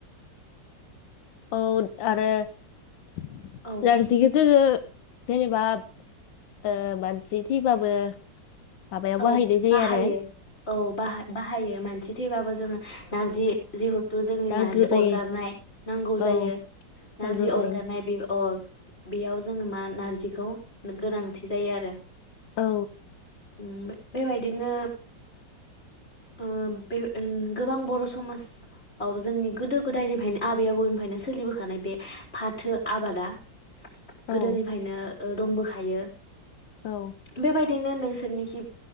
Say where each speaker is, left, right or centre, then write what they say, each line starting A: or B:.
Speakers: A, on the left; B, on the left.
A: औ आरो <unintelligible>
B: औ
A: जेनेबा ओ मानसि थैबाबो माबायाव
B: औ
A: बाहायनाय जायो
B: बाहायो
A: आरो
B: औ बा बाहायो मानसि थैबाबो जोङो नारजि जिहेथु जोंनि
A: दागो
B: नारजि
A: जायो
B: अरगारनाय नांगौ जायो
A: औ
B: नारजि
A: दागो जायो
B: अरगारनाय बे अ बेयाव जोङो मा नारजिखौ गोनांथि जायो आरो
A: औ
B: उम बेबायदिनो ओ उम बे गोबां बर समाजाव जोंनि गोदो गोदायनिफ्रायनो आबै आबौनिफ्रायनो सोलिबोखानाय बे फाथो आबादा
A: औ
B: गोदोनिफायनो ओ दंबोखायो
A: औ
B: बेबायदिनो नोंसोरनि